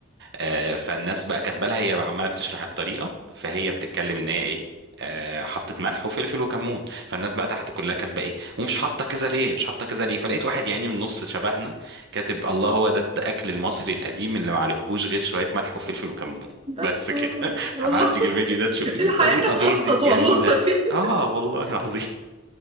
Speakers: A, on the right (about 55°); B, on the right (about 30°).
A: آه، فالناس بقى كاتبه لها هي عماله بتشرح الطريقه فهي بتتكلم ان هي ايه آه، حطت ملح وفلفل وكمون فالناس بقى تحت كلها كاتبه ايه ومش حاطه كذا ليه مش حاطه كذا ليه فلقيت واحد يعني من النص شبهنا كاتب الله هو ده الاكل المصري القديم اللي معلهوش غير شويه ملح وفلفل وكمون
B: بس
A: بس
B: والله
A: كده <laughs>
B: والله
A: هبعت لك الفيديو ده
B: <laughs>
A: تشوفيه
B: الحياه
A: طريقه
B: كانت
A: بيزك
B: ابسط
A: جميله
B: والله <laughs>
A: اه والله العظيم